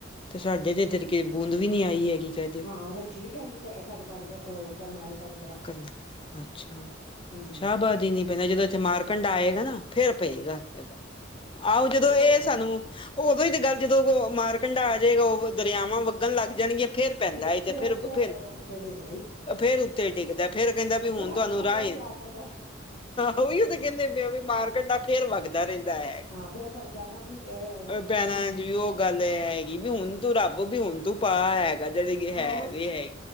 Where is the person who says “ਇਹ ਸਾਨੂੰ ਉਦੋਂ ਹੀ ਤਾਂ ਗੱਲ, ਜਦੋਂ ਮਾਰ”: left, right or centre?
Left